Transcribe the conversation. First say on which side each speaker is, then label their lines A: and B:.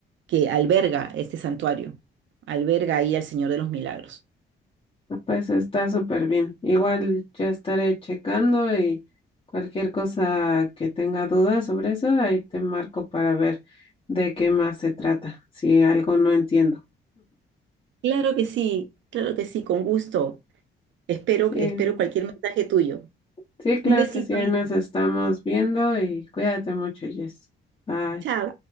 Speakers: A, on the right (about 70°); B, on the left (about 30°).
A: que alberga este santuario, alberga ahí al Señor de los Milagros.
B: No, Pues está súper bien. Igual yo estaré checando y cualquier cosa que tenga dudas sobre eso, ahí te marco para ver de qué más se trata, si algo no entiendo.
A: Claro que sí, claro que sí, con gusto. Espero,
B: Sí.
A: espero cualquier mensaje tuyo.
B: Sí, claro
A: Un besito,
B: que sí, ahí
A: Isa.
B: nos estamos viendo y cuídate mucho, Jess. Bye.
A: Chao.